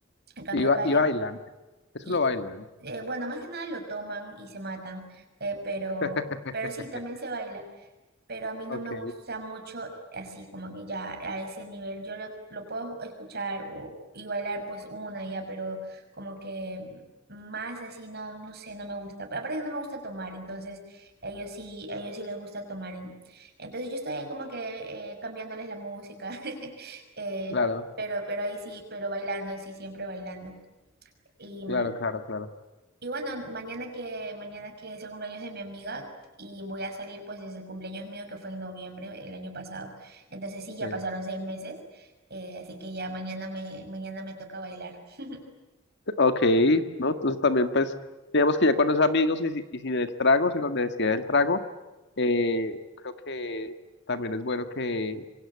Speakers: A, on the right; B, on the left.
A: En cambio
B: Y, ba-
A: acá hay-
B: y bailan, eso
A: y,
B: lo bailan.
A: eh, bueno, más que nada lo toman y se matan, eh, pero,
B: <laughs>
A: pero sí, también se baila pero a mí
B: Ok,
A: no me gusta mucho así, como que ya a ese nivel. Yo lo, lo puedo escuchar o- y bailar pues una ya, pero como que más así, no, no sé, no me gusta. Aparte que no me gusta tomar, entonces ellos sí, ellos sí les gusta tomar. en- Entonces yo estoy ahí como que eh, cambiándoles la música, <laughs> eh,
B: claro,
A: pero, pero ahí sí, pero bailando, sí, siempre bailando. y
B: claro,
A: mm,
B: claro, claro.
A: y bueno, mañana que, mañana que es el cumpleaños de mi amiga y voy a salir pues desde el cumpleaños mío que fue en noviembre el año pasado. Entonces sí, ya
B: Sí.
A: pasaron seis meses, eh, así que ya mañana me, mañana me toca bailar. <laughs>
B: Ok, ¿no? Entonces también pues digamos que ya cuando es amigos y, si- y sin el trago, sin la necesidad del trago, eh, creo que también es bueno que,